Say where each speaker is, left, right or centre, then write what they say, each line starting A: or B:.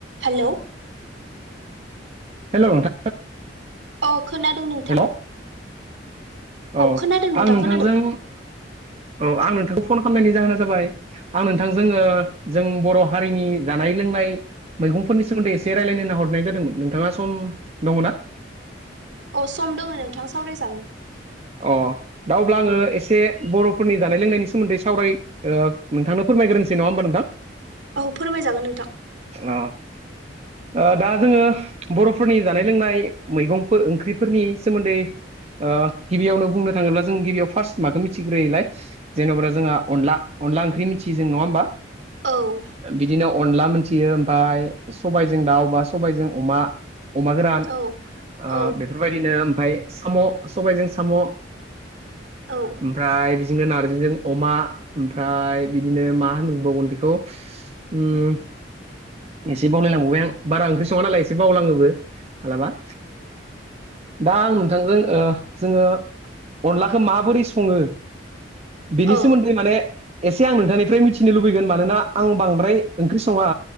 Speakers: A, on the right (about 70°); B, on the right (about 35°).
A: Hello
B: hello नोंथां
A: अ खोनादों नोंथां
B: हेल' औ
A: खोनादों नोंथां
B: आं नोंथांजों
A: खोनादों
B: ओ आं नोंथांखौ फन खालामनायनि जाहोना जाबाय। आं नोंथां जोङो जों बर' हारिनि जानाय लोंनाय मैगंफोरनि सोमोन्दै एसे रायज्लायनो होनना हरनाय जादोंमोन नोंथाङा सम दङ ना।
A: अ सम दङ नोंथां सावरायजागोन।
B: अ दा अब्ला आङो एसे बर'फोरनि जानाय लोंनायनि सोमोन्दै सावराय ओ नोंथांनो फोरमायग्रोसै नङा होमबा नोंथां।
A: औ फोरमायजागोन नोंथां।
B: औ ओ‌ दा जोङो बर'फोरनि जानाय लोंनाय मैगंफोर ओंख्रिफोरनि सोमोन्दै ओ गिबियावनो बुंनो थाङोब्ला जों गिबियाव फार्स्ट मखौ मिथिग्रोलाय जेन'ब जोंहा अनला अनला ओंख्रि मिथियो जों नङा होमबा
A: औ
B: बिदिनो अनला मिथियो ओमफ्राय सबायजों दाउ बा सबायजों अमा अमा गोरान
A: औ
B: ओ
A: औ
B: बेफोरबायदिनो ओमफ्राय साम' सबायजों साम'
A: औ
B: ओमफ्राय बिजोंनो नार्जिजों अमा ओमफ्राय बिदिनो मा होनबावगोन बेखौ उम एसे बावलायलांबावबाय आं बारा ओंख्रि सङा नालाय एसे बावलाङोबो मालाबा दा आं नोंथांजों जोङो अनलाखौ माबोरै सङो बेनि
A: औ अ
B: सोमोन्दै माने एसे आं नोंथांनिफ्राय मिथिनो लुबैगोन मानोना आं बांद्राय ओंख्रि सङा